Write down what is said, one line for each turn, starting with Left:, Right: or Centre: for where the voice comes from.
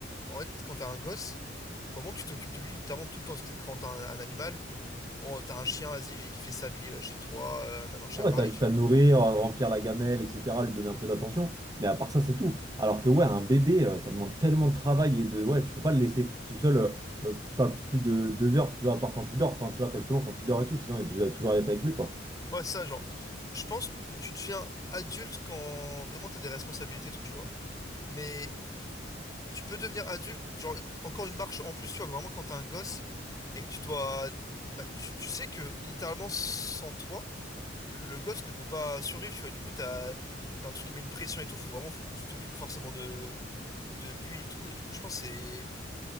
Left: en fait, quand t'as un gosse, faut vraiment que tu t'occupes de lui littéralement tout le temps. Parce que quand t'as un, un animal, bon, t'as un chien, vas-y, il fait sa vie euh, chez toi, euh, même un chat
Right: Ouais,
Left: pareil,
Right: t'as juste
Left: tu vois.
Right: à le nourrir, euh, remplir la gamelle, etc., lui donner un peu d'attention, mais à part ça, c'est tout. Alors que, ouais, un bébé, euh, ça demande tellement de travail et de. Ouais, tu peux pas le laisser tout seul, euh, euh, pas plus de deux heures, tu vois, à part quand il dort, enfin, tu vois, quand- justement, quand il dort et tout, sinon, il doit toujours être avec lui, quoi.
Left: Ouais, ça, genre, je pense que tu deviens adulte quand vraiment t'as des responsabilités et tout, tu vois. Mais tu peux devenir adulte, genre, encore une marche en plus, tu vois, vraiment quand t'as un gosse et que tu dois. Bah, tu, tu sais que littéralement, sans toi, le gosse ne peut pas survivre, tu vois. Du coup, t'as, t'as un truc qui met une pression et tout, faut vraiment, faut que tu t'occupes forcément de, de lui et tout. Et du coup, je pense que c'est